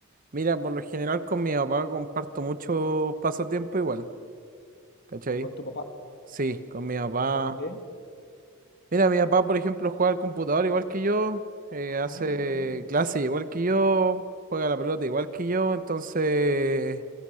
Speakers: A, on the right; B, on the left.
A: Mira, por lo general con mi papá comparto mucho pasatiempo igual, ¿cachai?
B: ¿Con tu papá?
A: Sí, con mi papá.
B: ¿Cómo qué?
A: Mira, mi papá, por ejemplo, juega al computador igual que yo, eh, hace
B: Ah, bueno.
A: clase igual que yo, juega a la pelota igual que yo, entonces